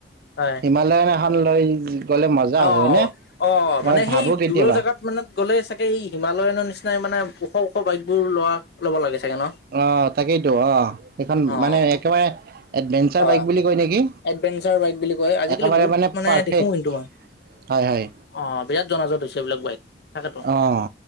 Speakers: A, on the left (about 60°); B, on the right (about 50°).
A: হয়
B: হিমালয়ন এখন লৈ গ'লে মজা হ'ব
A: অ',
B: হয়নে?
A: অ'
B: মই
A: মানে
B: ভাবো
A: সেই
B: কেতিয়াবা
A: দূৰৰ জেগাত মানে গ'লে চাগে এই হিমালয়ানৰ নিচিনাই মানে ওখ ওখ বাইক বোৰ লোৱা, ল'ব লাগে চাগে ন?
B: অ' তাকেইতো অ' সেইখন
A: অ',
B: মানে একেবাৰে এডভেঞ্চাৰ
A: হয়
B: বাইক বুলি কয় নেকি
A: এডভেঞ্চাৰ বাইক বুলি কয়। আজিকালি
B: একেবাৰে
A: বহুত মানে
B: পাৰফেক্ট
A: দেখো কিন্তু মই।
B: হয় হয়।
A: অ' বিৰাট জনাজাত হৈছে এইবিলাক বাইক তাকেতো।
B: অ'